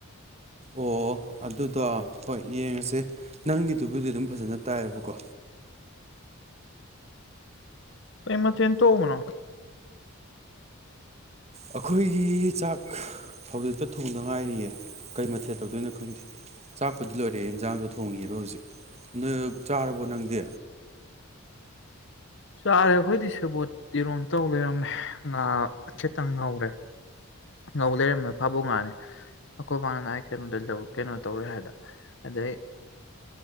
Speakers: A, on the right; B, on the left.
A: ꯑꯣ ꯑꯗꯨꯗꯣ ꯍꯣꯏ ꯌꯦꯡꯉꯁꯦ ꯅꯪꯒꯤꯗꯨꯕꯨꯗꯤ ꯑꯗꯨꯝ ꯐꯖꯅ ꯇꯥꯏꯌꯦꯕꯀꯣ
B: ꯀꯩ ꯃꯊꯦꯜ ꯇꯧꯕꯅꯣ
A: ꯑꯩꯈꯣꯏꯒꯤ ꯆꯥꯛ ꯍꯧꯖꯤꯛꯇ ꯊꯣꯡꯗ ꯉꯥꯏꯔꯤꯌꯦ ꯀꯩ ꯃꯊꯦꯜ ꯇꯧꯗꯣꯏꯅꯣ ꯈꯪꯗꯦ ꯆꯥꯛꯄꯨꯗꯤ ꯂꯣꯏꯔꯦ ꯌꯦꯟꯖꯥꯡꯗꯣ ꯊꯣꯡꯉꯦꯕ ꯍꯧꯖꯤꯛ ꯅ ꯆꯥꯔꯕꯣ ꯅꯪꯗꯤ
B: ꯆꯥꯔꯦ ꯑꯩꯈꯣꯏꯗꯤ ꯁꯦꯕꯣꯠ ꯏꯔꯣꯝ ꯇꯧ ꯂꯩꯔꯝꯃꯦ ꯉꯥ ꯈꯤꯇꯪ ꯉꯧꯔꯦ ꯉꯧ ꯂꯩꯔꯝꯃꯦ ꯐꯥꯕꯧ ꯉꯥꯅꯤ ꯑꯩꯈꯣꯏ ꯃꯥꯅ ꯑꯩ ꯀꯩꯅꯣꯗ ꯀꯩꯅꯣ ꯇꯧꯔꯦ ꯍꯥꯏꯗ ꯑꯗꯩ